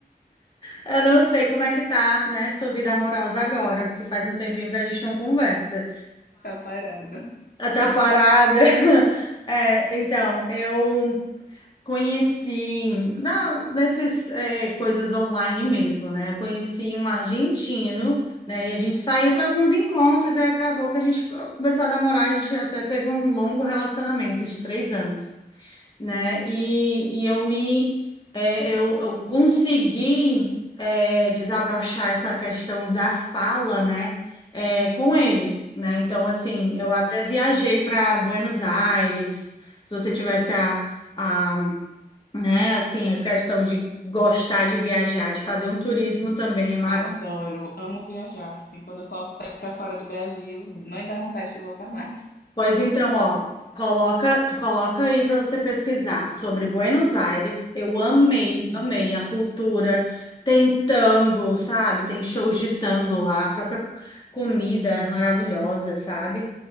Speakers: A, on the left (about 25°); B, on the left (about 70°).
A: Eu não sei como é que tá, né, sua vida amorosa agora, porque faz um tempinho que a gente não conversa.
B: Tá parada.
A: Ah, Tá parada. <laughs> É, então, eu conheci na, nessas é, coisas online mesmo, né? Eu conheci um argentino, né? E a gente saiu para alguns encontros e acabou que a gente começou a namorar. A gente até teve um longo relacionamento de três anos né? E, e eu me é, eu, eu consegui é, desabrochar essa questão da fala, né? é, com ele, né? Então, assim, eu até viajei para Buenos Aires. Se você tivesse a, a, né, assim, a questão de gostar de viajar, de fazer um turismo também é maravilhoso.
B: Adoro, amo viajar. Assim, quando eu coloco o pé pra fora do Brasil, não dá vontade de voltar mais.
A: Pois então, ó, coloca, tu coloca aí para você pesquisar sobre Buenos Aires. Eu amei,
B: Uhum.
A: amei a cultura. Tem tango, sabe? Tem shows de tango lá, a própria comida
B: Sim.
A: é maravilhosa, sabe?